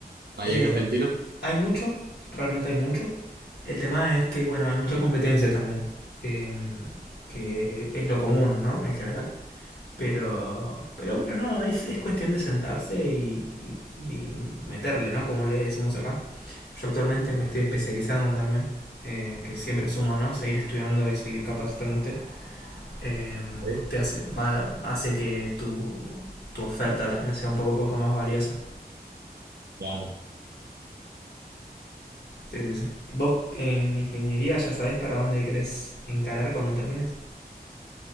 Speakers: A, on the right; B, on the left.
A: allá
B: Eh,
A: en Argentina?
B: hay mucho, realmente hay mucho. El tema es que, bueno, hay mucha competencia también. eh, que es lo común, ¿no? En general. Pero, pero bueno, no, es, es cuestión de sentarse y, y- y meterle, ¿no? Como le decimos acá. Yo actualmente me estoy especializando también, eh, que siempre suma, ¿no? Seguir estudiando y seguir capacitándote. eh,
A: Sí,
B: te hace, va- hace que tu, tu oferta también sea un poco, poco más valiosa.
A: claro.
B: Sí, sí, sí. ¿Vos en ingeniería ya sabés para dónde querés encarar cuando termines?